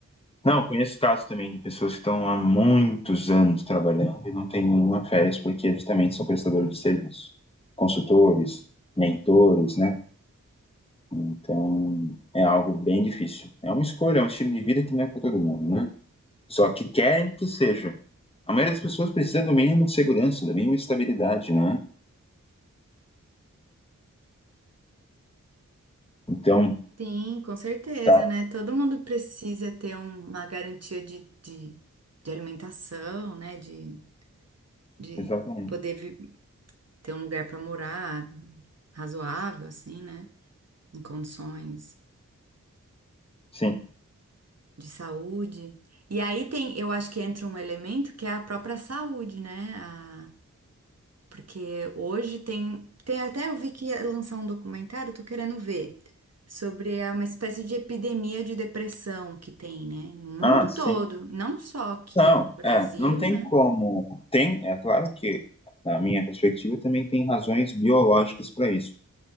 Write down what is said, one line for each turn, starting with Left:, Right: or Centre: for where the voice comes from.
Left: Não, conheço casos também de pessoas que estão há muitos anos trabalhando e não têm nenhuma férias porque justamente são prestadores de serviço, consultores, mentores, né? Então é algo bem difícil. É uma escolha, é um estilo de vida que não é para todo mundo, né? Só que querem que seja. A maioria das pessoas precisa do mínimo de segurança, da mínima estabilidade, né? Então,
Right: Sim, com certeza,
Left: tá,
Right: né? Todo mundo precisa ter um- uma garantia de, de, de alimentação, né? De, de
Left: exatamente.
Right: poder vi- ter um lugar para morar razoável, assim, né? Em condições
Left: Sim.
Right: de saúde. E aí tem, eu acho que entra um elemento que é a própria saúde, né? Porque hoje tem, tem até eu vi que ia lançar um documentário, tô querendo ver, sobre a- uma espécie de epidemia de depressão que tem, né? No mundo
Left: Ah, sim.
Right: todo, não só aqui
Left: Não,
Right: no Brasil,
Left: é, não tem
Right: né?
Left: como. Tem, é claro que, na minha perspectiva, também tem razões biológicas para isso,